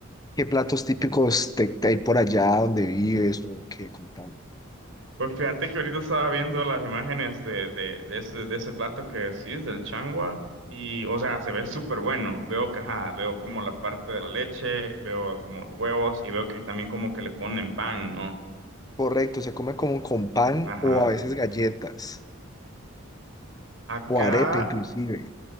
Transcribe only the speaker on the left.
qué platos típicos te, te hay por allá donde vives o qué contando
Correcto, se come como con pan
o a veces galletas
o arepa inclusive.